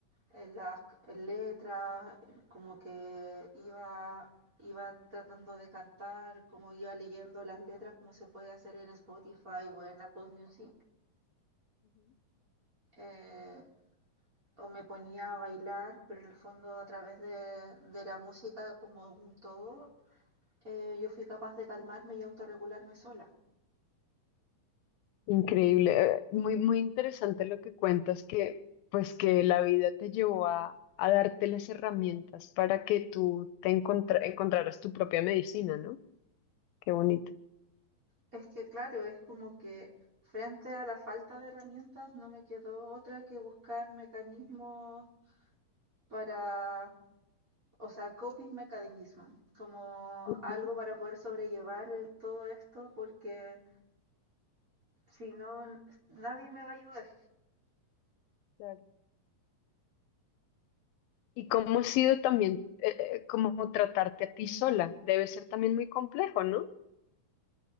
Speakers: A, on the right; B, on the left.
A: en las letras, como que iba, iba tratando de cantar, como iba leyendo las letras, como se puede hacer en Spotify o en Apple Music. Eh, o me ponía a bailar, pero en el fondo a través de, de la música como un todo, eh, yo fui capaz de calmarme y autorregularme sola.
B: Increíble, eh, muy, muy interesante lo que cuentas, que pues que la vida te llevó a, a darte las herramientas para que tú te encontra- encontraras tu propia medicina, ¿no? Qué bonito.
A: Es que claro, es como que frente a la falta de herramientas no me quedó otra que buscar mecanismos para o sea, coping mechanism, como
B: Ujú,
A: algo para poder sobrellevar el- todo esto, porque si no, n- nadie me va a ayudar.
B: claro. ¿Y cómo ha sido también eh, eh, como tratarte a ti sola? Debe ser también muy complejo, ¿no?